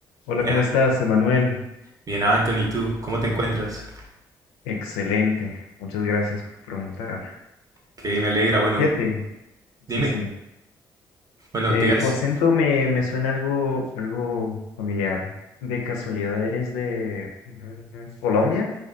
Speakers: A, on the left; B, on the right.
A: Hola,
B: Bien,
A: ¿cómo estás, Emanuel?
B: bien, Anthony, ¿y tú? ¿Cómo te encuentras?
A: Excelente, muchas gracias por preguntar.
B: Que me alegra. Bueno,
A: Siete,
B: dime.
A: sí, sí.
B: Bueno,
A: Eh,
B: te has-
A: tu acento me, me suena algo, algo familiar. ¿De casualidad eres de mm, Colombia?